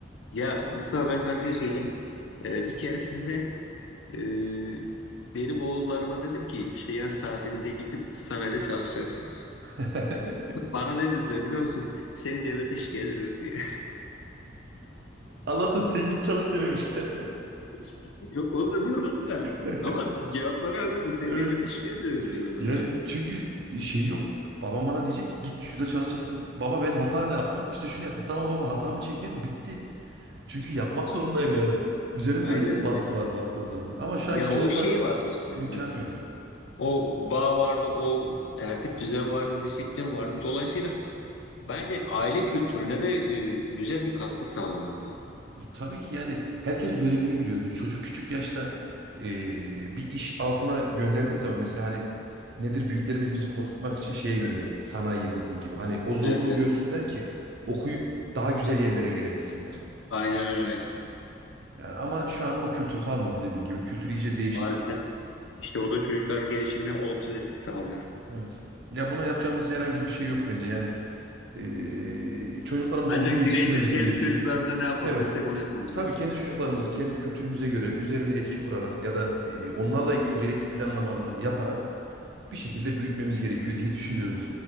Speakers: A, on the left; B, on the right.
A: Ya Mustafa ben sana bir şey söyleyeceğim. E, bir keresinde e, benim oğullarıma dedim ki işte yaz tatilinde gidip sanayide çalışacaksınız.
B: <laughs>
A: <laughs> Bana ne dediler biliyor musun? Seni devlete şikayet ederiz diye.
B: Allah'tan sen git çalış dememişler.
A: <laughs> Yok onu da diyorlar da
B: <laughs>
A: ama cevapları hazırdı. Seni
B: Evet.
A: devlete şikayet ederiz diyor adam
B: Yani
A: ya.
B: çünkü e, şey yok. Babam bana diyecek ki git şurada çalışasın. Baba ben hata ne yaptım? İşte şunu yaptım. Tamam baba hatamı çekerim bitti. Çünkü yapmak zorundayım yani. Üzerimde
A: Aynen
B: öyle bir
A: öyle.
B: baskı var baktığın zaman. Ama şu
A: Ya
B: anki çocuklar
A: o şey vardı işte. hı.
B: imkanı yok.
A: O bağ vardı, o tertip düzen vardı, disiplin vardı. Dolayısıyla bence aile kültürüne de e, güzel bir katkı sağlıyordu. o.
B: E, Tabii ki yani herkes görevini biliyordu. Çocuk küçük yaşta e, bir iş altına gönderdiğin zaman mesela hani nedir büyüklerimiz bizi korkutmak için şeye gönderirdi. Sanayiye dediğin gibi. Hani o zorluğu
A: Evet, evet.
B: görsünler ki okuyup daha güzel yerlere gelebilsinler.
A: Aynen öyle.
B: Yani ama şu an o kültür kalmadı dediğin gibi. Kültür iyice değişti.
A: Maalesef. İşte bu da çocukların gelişimine olumsuz etki sağlıyor.
B: Evet. Ya buna yapacağımız herhangi bir şey yok bence. Yani eee çocuklarımızı
A: Ancak
B: düzgün yetiştirmemiz
A: bireysel kendi
B: gerekiyor.
A: çocuklarımıza ne yapabilirsek
B: Evet.
A: onu yapmamız
B: Tabii
A: lazım.
B: kendi çocuklarımızı kendi kültürümüze göre üzerinde etki kurarak ya da eee, onlarla ilgili gerekli planlamaları yaparak bir şekilde büyütmemiz gerekiyor diye düşünüyorum.